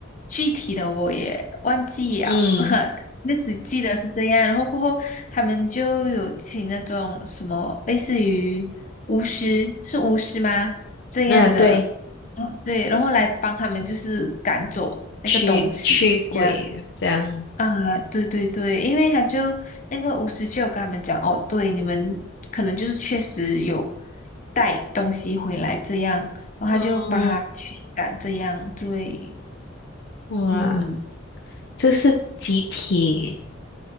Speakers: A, on the left; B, on the left.
A: 具体的我也忘记了，
B: 嗯，
A: <laughs> 就只记得是这样。然后过后他们就有请那种什么类似于巫师，是巫师吗？这样的。
B: 那对，
A: 哦，对，然后来帮他们就是赶走那个东西一样
B: 驱驱鬼这样，
A: 啊，对对对，因为他就那个巫师就有跟他们讲，哦，对，你们可能就是确实有带东西回来这样，然后他就帮他驱赶这样，
B: 嗯
A: 对，
B: 哇，
A: 嗯。
B: 这是集体